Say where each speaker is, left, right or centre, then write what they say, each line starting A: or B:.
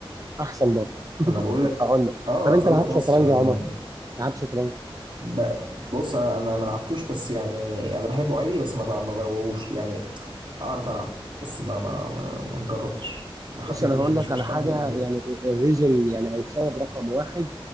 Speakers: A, on the right; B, on the right.
A: احسن برضه <laughs>
B: انا بقول لك
A: هقول لك
B: اه
A: طب
B: قفلوها
A: انت لعبت
B: في
A: شطرنج
B: مصر يعني
A: يا عمر لعبت شطرنج
B: ب- بص انا انا ما لعبتوش بس يعني انا بحبه عادي بس ما ب- ما بغوش يعني اعرف العب بس ما ما ما, ما جربتش ما حبيت
A: بص انا
B: مش
A: هقول
B: مش
A: لك
B: مش
A: على
B: حابه
A: حاجه
B: ومش
A: يعني الريزون يعني او السبب رقم واحد